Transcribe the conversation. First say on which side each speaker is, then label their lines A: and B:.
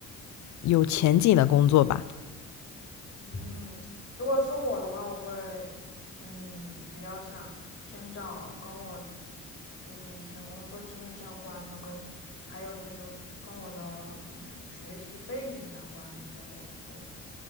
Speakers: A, on the left (about 65°); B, on the left (about 50°).
A: 有前景的工作吧。
B: 嗯，如果是我的话，我会，嗯，比较想先找跟我就是以前工作经验相关的，跟还有就是跟我的嗯学习背景相关的工作。